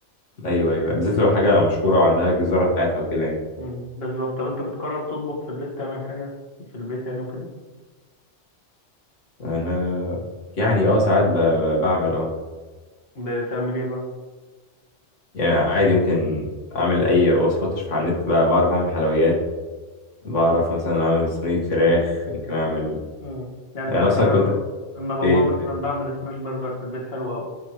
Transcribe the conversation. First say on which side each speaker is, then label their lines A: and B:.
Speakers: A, on the left (about 85°); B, on the left (about 55°).
A: ايوه ايوه بالذات لو حاجه مشهوره وعندها الجزاره بتاعتها وكده يعني
B: مم، بالظبط طب انت بتقرب تطبخ في البيت تعمل حاجة في البيت يعني وكده
A: انا يعني اه ساعات ب... ب- بعمل اه
B: بتعمل ايه بقى
A: يعني عادي يمكن اعمل اي وصفات اشوفها على النت بقى بعرف اعمل حلويات بعرف مثلا اعمل صينيه فراخ ممكن اعمل
B: مم. يعني انت
A: انا
B: عارف
A: اصلا
B: انا
A: كنت
B: لما بجوع
A: ايه
B: مثلا
A: طيب
B: بعمل سماش برجر في البيت حلو قوي